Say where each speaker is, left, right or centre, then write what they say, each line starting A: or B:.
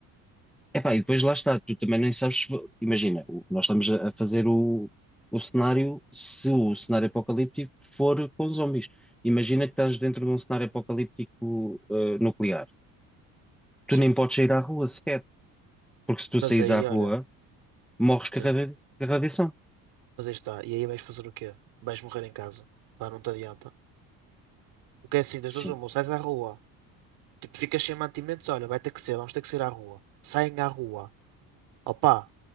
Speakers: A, in the centre; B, on the right (about 80°).
A: Epá, e depois lá está, tu também nem sabes, se vo- imagina, o- nós estamos a a fazer o, o cenário, se o cenário apocalíptico for com zombies. Imagina que estás dentro de um cenário apocalíptico, eh, nuclear. Tu
B: Sim.
A: nem podes sair à rua sequer, porque se tu
B: Mas
A: saís
B: aí,
A: à rua,
B: olha,
A: morres
B: sim.
A: com a radia- com a radiação.
B: Mas aí está. E aí vais fazer o quê? Vais morrer em casa. Pá, não te adianta. Porque é assim, das
A: Sim,
B: duas uma, ou sais à rua. Tipo, ficas sem mantimentos, olha, vai ter que ser, vamos ter que sair à rua. Saem à rua. Opa,